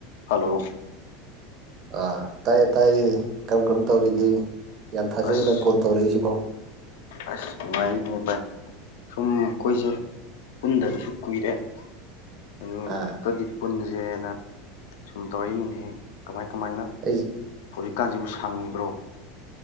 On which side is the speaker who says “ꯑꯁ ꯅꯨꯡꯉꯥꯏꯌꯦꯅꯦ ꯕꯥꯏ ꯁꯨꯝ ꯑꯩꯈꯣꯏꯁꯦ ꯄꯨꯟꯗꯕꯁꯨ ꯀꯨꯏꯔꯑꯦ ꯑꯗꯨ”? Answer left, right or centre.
Left